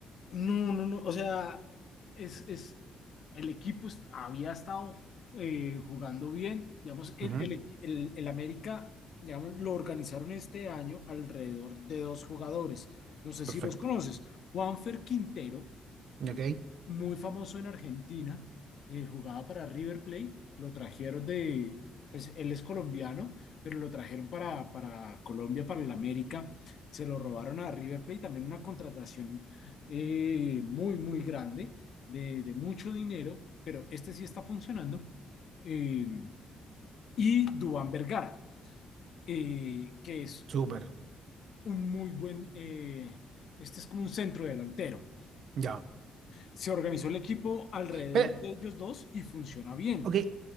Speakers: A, on the left (about 60°); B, on the right (about 65°).
A: No, no, no. O sea, es, es, el equipo est- había estado eh, jugando bien. Digamos, el,
B: Ujú,
A: el, equi- el- el América, digamos, lo organizaron este año alrededor de dos jugadores. No sé
B: Perfecto.
A: si los conoces. Juanfer Quintero
B: Ok,
A: muy famoso en Argentina, eh, jugaba para River Plate, lo trajeron de, pues él es colombiano, pero lo trajeron para, para Colombia, para el América, se lo robaron a River Plate, también una contratación eh, muy, muy grande, de, de mucho dinero, pero este sí está funcionando. Eh, y Duván Vergara, eh, que es
B: súper.
A: un muy buen, eh, este es como un centro delantero
B: Ya.
A: Se organizó el equipo alrededor
B: Pero,
A: de ellos dos y funciona bien.
B: ok.